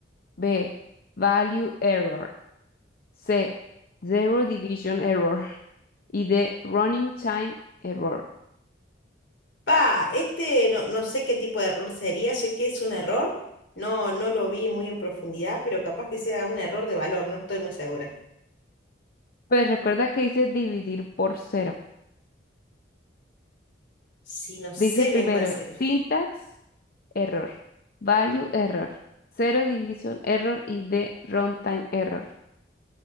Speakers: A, on the left; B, on the left.
A: B. Value error. C. Zero division error. Y D. Running time error.
B: Pa, este no, no sé qué tipo de error sería, sé que es un error, no, no lo vi muy en profundidad, pero capaz que sea un error de valor, no estoy muy segura.
A: Pues recuerda que dice dividir por cero.
B: Sí, no sé
A: Dice primero
B: bien cuál será.
A: syntax error, value error, zero division error y D. Runtime error.